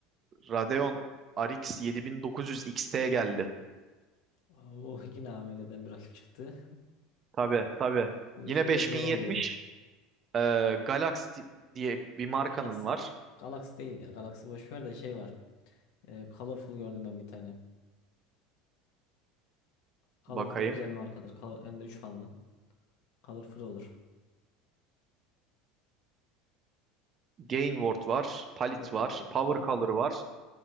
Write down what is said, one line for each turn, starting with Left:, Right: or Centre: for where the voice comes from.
Right: Radeon RX 7900 XT geldi.
Left: Oo, <laughs> yine AMD'den bir rakip çıktı.
Right: Tabii tabii.
Left: Bu
Right: Yine
Left: iş biraz
Right: 5070
Left: zor oluyor.
Right: e, Galaxy diye bir markanın
Left: Galaxy.
Right: var.
Left: Galaxy değil ya. Galaxy boş ver de şey var. E, Colorful gördüm ben bir tane. Colorful
Right: Bakayım.
Left: güzel markadır. Col- Hem de 3 fanlı. Colorful olur.
Right: Gainward var. Palit
Left: Yok
Right: var.
Left: yok yok.
Right: Power
Left: O olma.
Right: Color var.